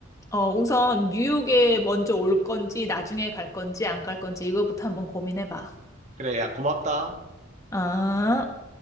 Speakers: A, on the left; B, on the right.
A: 어, 우선 뉴욕에 먼저 올 건지 나중에 갈 건지 안 갈 건지 이거부터 한번 고민해 봐.
B: 그래, 야, 고맙다.
A: 아.